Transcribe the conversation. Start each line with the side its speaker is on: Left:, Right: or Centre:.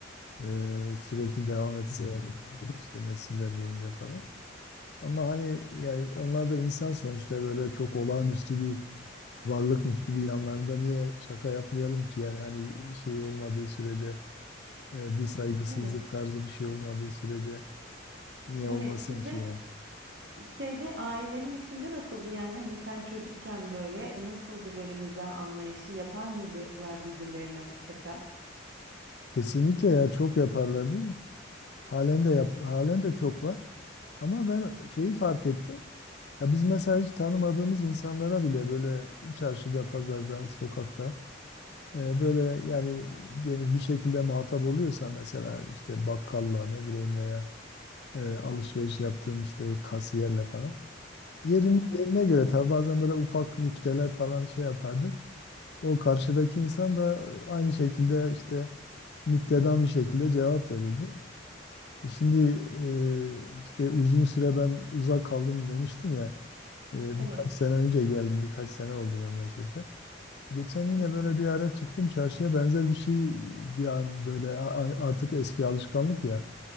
Left: e, sürekli devam etse <laughs> işte nesiller boyunca falan. Ama hani yani onlar da insan sonuçta böyle çok olağanüstü bir varlıkmış gibi yanlarında niye şaka yapmayalım ki yani hani şey olmadığı sürece e, bir saygısızlık
Right: Evet.
Left: tarzı bir şey olmadığı sürece niye
Right: Evet
Left: olmasın
Right: sizde
Left: ki yani.
Right: şeyde ailenin içinde nasıldı yani? Hani sen çocukken böyle e, nasıldı böyle mizah anlayışı? Yapar mıydılar birbirlerine şaka?
Left: Kesinlikle ya çok yaparlardı. Halen de yap, halen de çok var. Ama ben şeyi fark ettim. Ya biz mesela hiç tanımadığımız insanlara bile böyle çarşıda, pazarda, sokakta e, böyle yani diyelim bir şekilde muhatap oluyorsa mesela işte bakkalla ne bileyim veya e, alışveriş yaptığın işte kasiyerle falan. Yerin,
Right: Hı hı.
Left: yerine göre tabii bazen böyle ufak nükteler falan şey yapardı. O karşıdaki insan da aynı şekilde işte nüktedan bir şekilde cevap verirdi. E, Şimdi e, işte uzun süre ben uzak kaldım demiştim ya. E,
Right: Evet.
Left: birkaç sene önce geldim, birkaç sene oldu memlekete. Geçen yine
Right: Hı hı.
Left: böyle bir ara çıktım çarşıya benzer bir şey bir an böyle a- a- artık eski alışkanlık ya